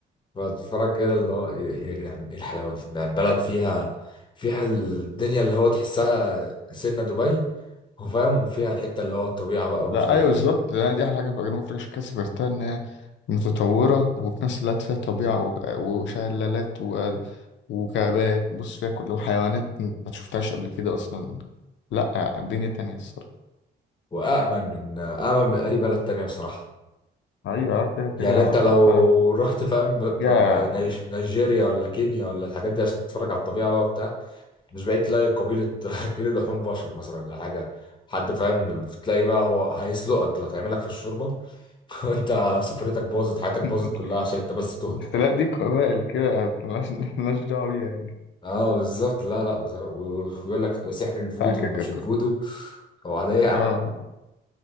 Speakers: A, on the left; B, on the left.
A: بتفرج كده اللي هو ايه إيه يا جدعان ايه الحلاوه دي ده البلد فيها فيها الدنيا اللي هو تحسها سنه دبي وفاهم وفيها الحته اللي هو الطبيعه بقى ومش
B: لا
A: عارف
B: ايوه بالظبط
A: ايه
B: يعني دي احلى حاجه في جنوب افريقيا عشان كده سافرتها ان هي متطوره وفي نفس الوقت فيها طبيعه و- وشلالات و... وغابات بص فيها كل وحيوانات ما شفتهاش قبل كده اصلا لا الدنيا تانية الصراحه
A: وامن من امن من اي بلد تانية بصراحه
B: ايوه لا كده
A: يعني
B: كده
A: انت لو
B: بلد
A: رحت فاهم ب- ب-
B: فيها
A: ب- نيج- نيجيريا ولا كينيا ولا الحاجات دي عشان تتفرج على الطبيعه بقى وبتاع مش بقيت تلاقي قبيلة <laughs> كيلو لحوم بشر مثلا ولا حاجة حد فاهم بتلاقي بقى هو هيسلقك دلوقتي هيعملك في الشوربة <laughs> وانت سفريتك باظت حياتك باظت
B: <laughs>
A: كلها عشان انت بس تهت
B: الاحتلال
A: فاهم
B: دي قبائل كده ملهاش ملهاش دعوه بيها يعني
A: اه بالظبط لا لا بصراحة. ويقول لك سحر الفودو
B: اه كده كده
A: ومش
B: كده.
A: الفودو هو على ايه يا عم
B: اه